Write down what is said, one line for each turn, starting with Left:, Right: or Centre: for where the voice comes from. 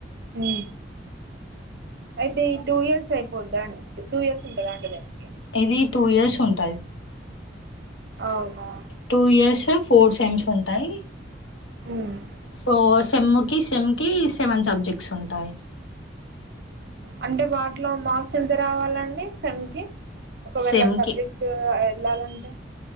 Right: ఉ అయితే ఈ టూ ఇయర్స్ అయిపోద్దాండి. టూ ఇయర్స్ ఉంటదా అండి దానికి.
Left: ఇది టూ ఇయర్స్ ఉంటాయి
Right: అవునా
Left: టూ ఇయర్స్ ఫోర్ సెమ్స్ ఉంటాయి
Right: ఉమ్
Left: ఫోస్ సెమ్ కి సెమ్ కి సెవెన్ సబ్జెక్ట్స్ ఉంటాయి.
Right: అంటే వాటిలో మార్క్స్ ఎంత రావాలండి సెమ్కి. ఒకవేళ
Left: సెమ్
Right: సబ్జెక్ట్స్
Left: కి
Right: ఎళ్ళాలంటే.